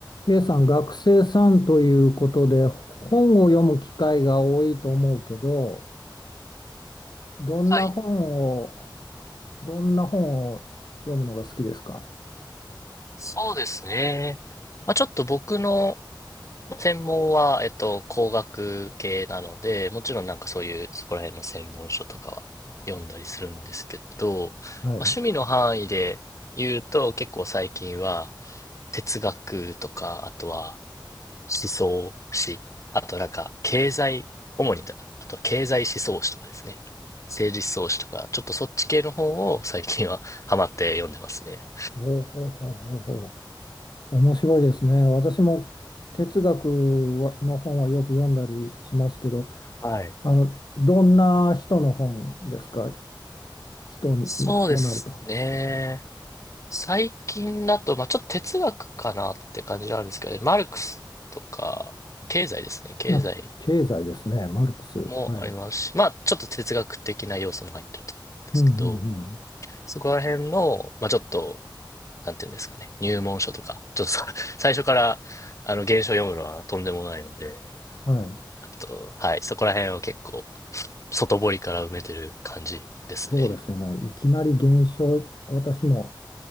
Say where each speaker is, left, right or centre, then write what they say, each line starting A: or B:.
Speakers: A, on the left; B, on the left.
A: K さん、学生さんということで、本を読む機会が多いと思うけど、どんな本を、
B: はい。
A: どんな本を読むのが好きですか
B: そうですね。まあ、ちょっと僕の専門は、えっと、工学系なので、もちろんなんかそういう、そこら辺の専門書とかは読んだりするんですけど、
A: はい。
B: まあ、趣味の範囲で言うと、結構最近は哲学とか、あとは思想史、あとなんか経済、主にだ、あとは経済思想史とかですね。政治思想史とか、ちょっとそっち系の本を最近はハマって読んでますね。
A: ほうほうほうほうほう。面白いですね。私も哲学の本はよく読んだりしますけど、
B: はい。
A: あの、どんな人の本ですか人
B: そうですね。
A: となると。
B: 最近だと、まあちょっと哲学かなって感じなんですけどね、マルクスとか、経済ですね。経済
A: あ、経済ですね。マルクス。
B: もありますし、
A: はい。
B: まあちょっと哲学的な要素も入ってると思うんですけど、
A: うんうん
B: そこら辺の、まあちょっと、なんていうんですかね、入門書とか、ちょっとさ <laughs> 最初から、あの、原書読むのはとんでもないので、
A: うん。はい。
B: あと、はい、そこら辺を結構、外堀から埋めてる感じですね。
A: そうですよね。いきなり減少、私も